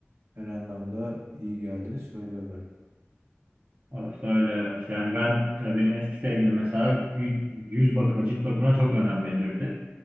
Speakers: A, on the right; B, on the right.
A: Her anlamda iyi geldiğini söylüyorlar.
B: Orası öyle evet. Yani ben e, benim eski sevgilim mesela gü- yüz bakımı, cilt bakımına çok önem verirdi.